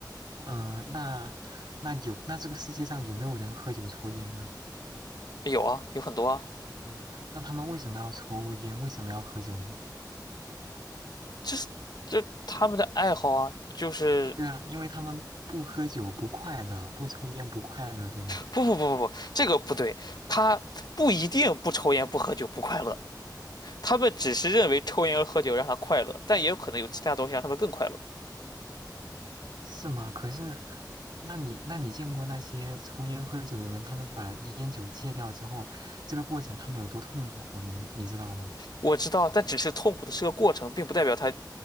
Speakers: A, on the right; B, on the left.
A: 嗯、呃那那有那这个世界上有没有人喝酒抽烟呢？
B: 有啊，有很多啊，
A: 嗯、那他们为什么要抽烟？为什么要喝酒呢？
B: 就是就他们的爱好啊，就是
A: 对啊，因为他们不喝酒不快乐，不抽烟不快乐，对吗？
B: 不不不不不，这个不对，他不一定不抽烟不喝酒不快乐，他们只是认为抽烟和喝酒让他快乐，但也有可能有其他东西让他们更快乐。
A: 是吗？可是，那你那你见过那些抽烟喝酒的人，他们把烟酒戒掉之后，这个过程他们有多痛苦，你们你知道吗？
B: 我知道，但只是痛苦的是个过程，并不代表他